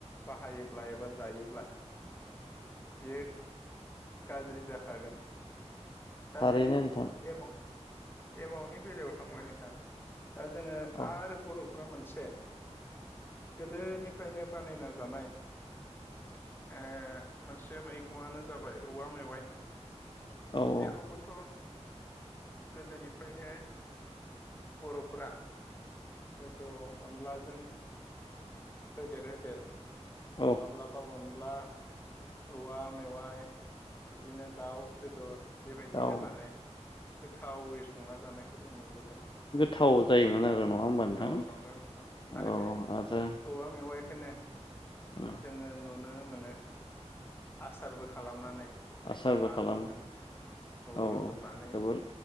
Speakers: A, on the left; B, on the left.
A: बाहायोब्ला एबा जायोब्ला बियो गाज्रि जाखागोन। दा
B: थारैनो
A: बे
B: नोंथां
A: एमाव-एमावनि बेलायाव थांबाय नोंथां दा जोङो
B: औ
A: आरो बर' फोरा मोनसे गोदोनिफ्रायनो बानायना जानाय ओ मोनसे मैगंआनो जाबाय औवा मेवाइ‌
B: औ
A: बेखौबोथ'
B: औ
A: गोदोनिफ्रायनो बर'फोरा हयथ' अनलाजों होदेर होदेर
B: औ
A: माब्लाबा अनला औवा मेवाइ बिदिनो दाउ बेदर बेबायदि
B: दाउ
A: होनानै गोथावै संना जानायखौ जों नुबोदों।
B: थाव जायोमोन आरो नङा होमबा? नोंथां
A: औ नंगौ नोंथां आरो
B: औ
A: बे
B: आरो
A: औवा मेवाइखोनो
B: उम
A: जोङो नुनो मोनो आसारबो खालामनानै बेखौ
B: आसारबो
A: नाफोरजों
B: खालामो औ
A: रुथबनानै
B: जोबोर